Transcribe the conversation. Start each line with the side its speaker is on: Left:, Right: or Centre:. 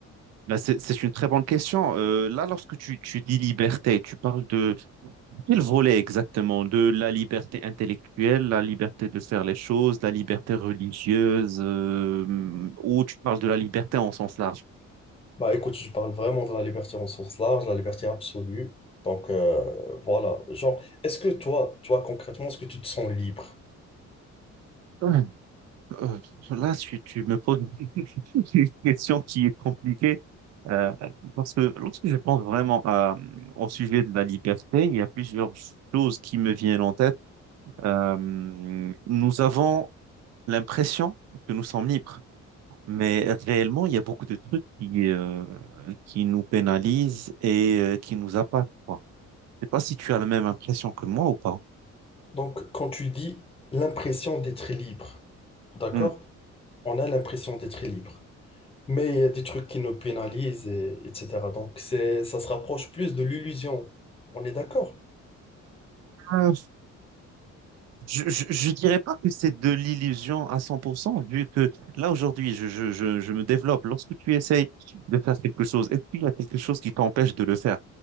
Right: Bah, c'est, c'est une très bonne question. Euh, là, lorsque tu, tu dis liberté, tu parles de quel volet exactement? De la liberté intellectuelle, la liberté de faire les choses, la liberté religieuse, euh, ou tu parles de la liberté en sens large?
Left: Bah écoute, je parle vraiment de la liberté en sens large, la liberté absolue. Donc euh, voilà, genre, est-ce que toi, toi concrètement, est-ce que tu te sens libre?
Right: Ouais. Euh, là, tu, tu me poses <laughs> une question qui est compliquée. Euh, parce que lorsque je pense vraiment à, au sujet de la liberté, il y a plusieurs choses qui me viennent en tête. Euh, nous avons l'impression que nous sommes libres. Mais réellement, il y a beaucoup de trucs qui, euh, qui nous pénalisent et euh, qui nous impactent, quoi. Je sais pas si tu as la même impression que moi ou pas.
Left: Donc quand tu dis l'impression d'être libre, d'accord?
Right: Hmm.
Left: On a l'impression d'être libre. Mais il y a des trucs qui nous pénalisent, et, etc. Donc c'est, ça se rapproche plus de l'illusion. On est d'accord?
Right: Euh, Je, je, je dirais pas que c'est de l'illusion à 100%, vu que là, aujourd'hui, je, je, je, je me développe. Lorsque tu essayes de faire quelque chose, est-ce qu'il y a quelque chose qui t'empêche de le faire?